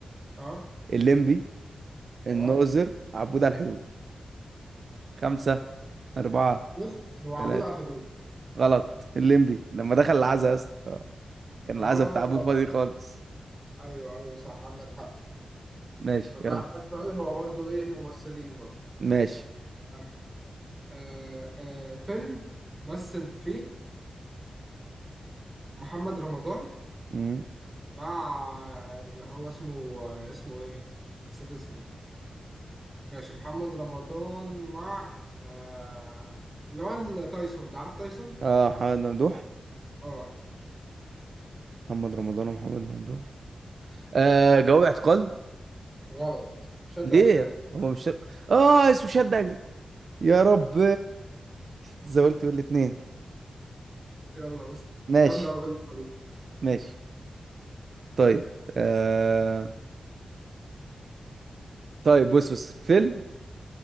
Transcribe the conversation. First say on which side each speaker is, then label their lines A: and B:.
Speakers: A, on the right; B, on the right.
A: اه
B: الليمبي الناظر
A: اه
B: عبود على الحدود خمسة أربعة
A: بص هو عبود
B: ثلاثة
A: على الحدود
B: غلط الليمبي لما دخل العزا يا اسطى كان
A: اه
B: العزا بتاع أبوه فاضي خالص
A: ايوو ايوه صح عندك حق
B: ماشي
A: لو تعرف
B: يلا
A: السؤال هو برضه ايه ممثلين برضه
B: ماشي
A: آه. آه. آه. فيلم مثل فيه محمد رمضان
B: مم.
A: مع اللي هو اسمه آه، اسمه ايه نسيت اسمه ماشي محمد رمضان مع آه... اللي هو ال- تايسون ده عارف تايسون؟
B: اه محمد ممدوح
A: اه
B: محمد رمضان ومحمد ممدوح آه جواب اعتقال
A: غلط شد
B: ليه
A: أجزاء
B: هما مش شر... اه اسمه شد أجزاء يا رب تزولت بالاتنين
A: يلا بس
B: ماشي
A: جامدة أوي اللعبة دي.
B: ماشي طيب آه... طيب بص بص فيلم